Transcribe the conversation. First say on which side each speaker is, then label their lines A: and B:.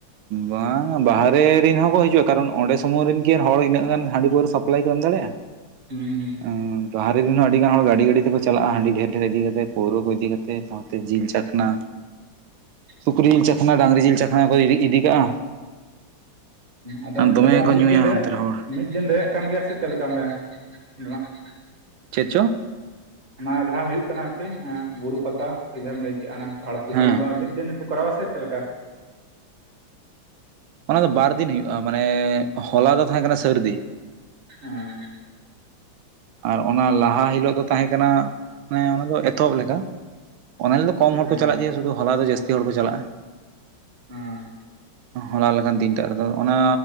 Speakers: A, on the right (about 85°); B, on the right (about 25°).
A: ᱵᱟᱝ ᱵᱟᱦᱨᱮ ᱨᱮᱱ ᱦᱚᱸᱠᱚ ᱦᱤᱡᱩᱜᱼᱟ ᱠᱟᱨᱚᱱ ᱚᱸᱰᱮ ᱥᱩᱢᱩᱝ ᱨᱮᱱ ᱠᱤ ᱦᱚᱲ ᱤᱱᱟᱹᱜ ᱜᱟᱱ ᱦᱟᱺᱰᱤ ᱯᱟᱹᱣᱨᱟᱹ ᱥᱟᱯᱞᱟᱭ ᱠᱚ ᱮᱢ ᱫᱟᱲᱮᱭᱟᱜᱼᱟ
B: ᱦᱩᱸ ᱦᱩᱸ
A: ᱦᱩᱸ ᱵᱟᱦᱨᱮ ᱨᱮᱱ ᱦᱚᱸ ᱟᱹᱰᱤ ᱜᱟᱱ ᱦᱚᱲ ᱜᱟᱹᱰᱤ ᱜᱟᱹᱰᱤ ᱛᱮᱠᱚ ᱪᱟᱞᱟᱜᱼᱟ᱾ ᱦᱟᱺᱰᱤ ᱰᱷᱮᱨ ᱰᱷᱮᱨ ᱤᱫᱤ ᱠᱟᱛᱮ ᱯᱟᱹᱣᱨᱟᱹ ᱠᱚ ᱤᱫᱤ ᱠᱟᱛᱮ ᱥᱟᱶᱛᱮ ᱡᱤᱞ ᱪᱟᱠᱷᱱᱟ᱾
B: <inaudible>
A: ᱥᱩᱠᱨᱤ ᱡᱤᱞ ᱪᱟᱠᱷᱱᱟ ᱰᱟᱝᱨᱤ ᱡᱤᱞ ᱪᱟᱠᱷᱟᱱᱟ ᱠᱚ ᱤᱫᱤ ᱤᱫᱤ ᱠᱟᱜᱼᱟ᱾
B: ᱟᱫᱚ
A: ᱫᱚᱢᱮ
B: ᱚᱸᱰᱮ ᱫᱚ
A: ᱠᱚ
B: ᱢᱤᱫ
A: ᱧᱩᱭᱟ
B: ᱫᱤᱱ ᱨᱮᱭᱟᱜ᱾
A: ᱚᱱᱛᱮ ᱨᱮ ᱦᱚᱲ
B: ᱢᱤᱫ ᱫᱤᱱ ᱨᱮᱭᱟᱜ᱾ ᱚᱱᱠᱟᱱ ᱜᱮᱭᱟ ᱥᱮ ᱪᱮᱫ ᱞᱮᱠᱟ ᱚᱸᱰᱮ᱾ <unintelligible>
A: ᱪᱮᱫ ᱪᱚ?
B: ᱚᱱᱟ ᱡᱟᱦᱟᱸ ᱦᱩᱭᱩᱜ ᱠᱟᱱᱟ ᱥᱮ ᱮᱸᱜ ᱵᱩᱨᱩ ᱯᱟᱛᱟ ᱥᱮ ᱡᱟᱦᱟᱢ ᱞᱟᱹᱭ ᱠᱮᱜ-ᱟ᱾ ᱚᱱᱟ ᱟᱲ ᱯᱩᱡᱟᱹ
A: ᱦᱮᱸ
B: ᱚᱱᱟ ᱫᱚ ᱢᱤᱫ ᱫᱤᱱ ᱠᱚ ᱠᱚᱨᱟᱣᱟ ᱥᱮ ᱪᱮᱫ ᱞᱮᱠᱟ?
A: ᱚᱱᱟ ᱫᱚ ᱵᱟᱨ ᱫᱤᱱ ᱦᱩᱭᱩᱜᱼᱟ ᱢᱟᱱᱮ ᱦᱚᱞᱟ ᱫᱚ ᱛᱟᱦᱮᱸ ᱠᱟᱱᱟ ᱥᱟᱹᱨᱫᱤ
B: ᱮᱸ
A: ᱟᱨ ᱚᱱᱟ ᱞᱟᱦᱟ ᱦᱤᱞᱳᱜ ᱫᱚ ᱛᱟᱦᱮᱸ ᱠᱟᱱᱟ ᱚᱱᱮ ᱮᱛᱚᱦᱚᱵ ᱞᱮᱠᱟ ᱚᱱᱟ ᱦᱤᱞᱚᱜ ᱫᱚ ᱠᱚᱢ ᱦᱚᱲ
B: ᱦᱮᱸ
A: ᱠᱚ ᱪᱟᱞᱟᱜ ᱜᱮᱭᱟ ᱥᱩᱫᱷᱩ ᱦᱚᱞᱟ ᱫᱚ ᱡᱟᱹᱥᱛᱤ ᱦᱚᱲ ᱠᱚ ᱪᱟᱞᱟᱜᱼᱟ
B: ᱦᱮᱸ
A: ᱦᱚᱞᱟ ᱞᱮᱠᱟᱱ ᱫᱤᱱᱴᱟᱜ ᱨᱮᱫᱚ ᱚᱱᱟ